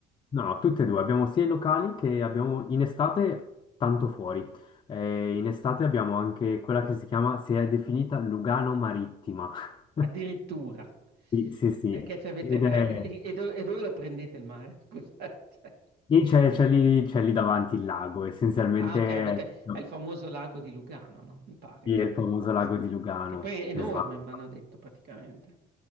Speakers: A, on the left; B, on the right.
A: no, no, tutti e due, abbiamo sia i locali che abbiamo in estate tanto fuori. Eh, in estate abbiamo anche quella che si chiama, si è definita Lugano Marittima. <laughs>
B: Addirittura.
A: Sì, sì, sì.
B: Eh, Che ci avete,
A: Ed
B: eh,
A: è...
B: e, e dove, e dove lo prendete il mare? <laughs> Scusate. Cioè,
A: E c'è c'è lì, c'è lì davanti il lago, essenzialmente
B: Ah, ok, avete,
A: no,
B: è il famoso lago di Lugano, no? Mi pare.
A: sì,
B: è
A: è il famoso
B: abbastanza-
A: lago di Lugano,
B: Che poi è enorme,
A: esatto.
B: mi hanno detto praticamente.